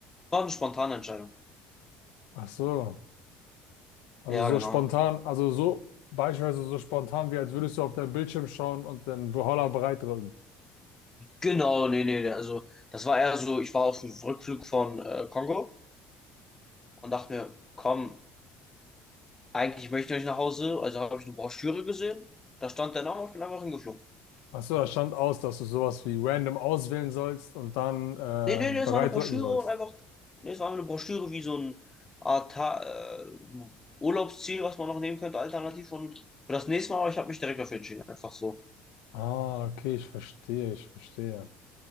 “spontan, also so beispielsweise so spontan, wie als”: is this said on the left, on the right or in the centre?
Left